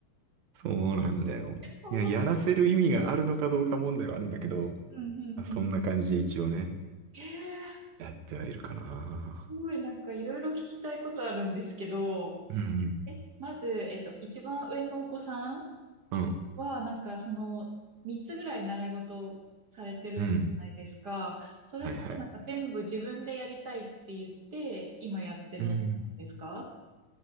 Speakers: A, on the right (about 65°); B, on the right (about 40°).
A: そうなんだよ。
B: おー
A: いや、やらせる意味があるのかどうか問題はあるんだけど、
B: うんうんうん。
A: そんな感じで一応ね、
B: えー、
A: やってはいるかな。
B: すごいなんかいろいろ聞きたいことあるんですけど、
A: うん
B: え、まず、えっと、一番上のお子さん
A: うん。うん。
B: は、なんか、その、三つぐらい習い事されてるんじゃないですか。
A: うん。
B: それってなんか全部自分でやりたいって言って、
A: はいはい。
B: 今やってるものなんですか
A: うん。